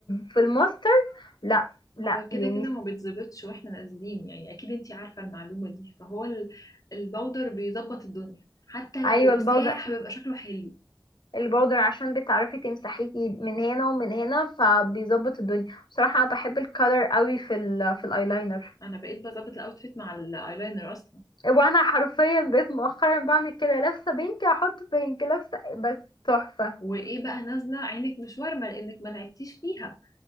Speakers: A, on the left (about 80°); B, on the left (about 45°).
A: في الماستر لا لا
B: هو
A: يعني
B: كده كده ما بيتظبطش واحنا نازلين يعني اكيد انتي عارفة المعلومة دي فهو ال- الباودر بيظبط الدنيا حتى
A: ايوه
B: لو
A: البودرة
B: ساح بيبقى شكله حلو
A: البودر عشان بتعرفي تمسحيه من هنا ومن هنا فبيظبط الدنيا بصراحة انا بحب الكالر قوي في ال في الايلاينر
B: انا بقيت بظبط الاوتفيت مع الايلاينر اصلا
A: وانا حرفيا بقيت مؤخرا بعمل كده لابسة بينك احط بينك لابسة بس تحفة
B: وايه بقى نازلة عينك مش وارمة لانك ما لعبتيش فيها